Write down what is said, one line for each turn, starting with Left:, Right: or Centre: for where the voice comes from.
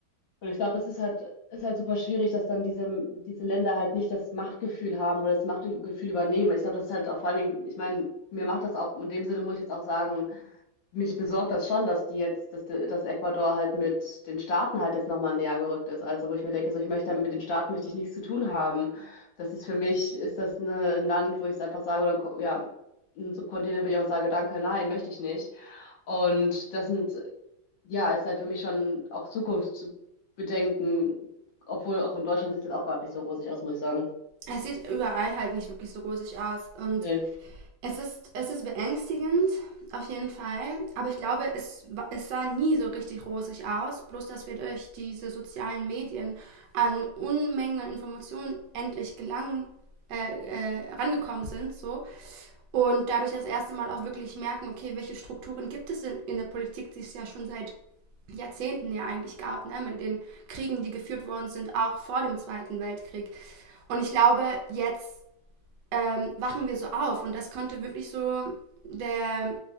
Left: Und ich glaube, es ist halt, ist halt super schwierig, dass dann diese, diese Länder halt nicht das Machtgefühl haben oder das Machtgefühl übernehmen. Ich glaube, das ist halt auch vor allen Dingen, ich meine, mir macht das auch, in dem Sinne muss ich jetzt auch sagen, mich besorgt das schon, dass die jetzt, dass, die- dass Ecuador halt mit den Staaten halt jetzt nochmal näher gerückt ist. Also wo ich mir denke, so ich möchte mit den Staaten möchte ich nichts zu tun haben. Das ist für mich, ist das ne, ein Land, wo ich es einfach sage, oder ein, Ko- ja, ein Subkontinent, wo ich auch sage, danke, nein, möchte ich nicht. Und das sind ja, ist halt für mich schon auch Zukunft zu bedenken, obwohl auch in Deutschland sieht das auch gerade nicht so rosig aus, muss ich sagen.
Right: Es sieht überall halt nicht wirklich so rosig aus und
Left: Nee.
Right: Es ist, es ist beängstigend, auf jeden Fall. Aber ich glaube, es, es sah nie so richtig rosig aus. Bloß, dass wir durch diese sozialen Medien an Unmengen an Informationen endlich gelangen, äh, äh, rangekommen sind, so. Und dadurch das erste Mal auch wirklich merken, okay, welche Strukturen gibt es denn in der Politik, die es ja schon seit Jahrzehnten ja eigentlich gab, ne? mit den Kriegen, die geführt worden sind, auch vor dem Zweiten Weltkrieg. Und ich glaube, jetzt ähm, wachen wir so auf. Und das konnte wirklich so der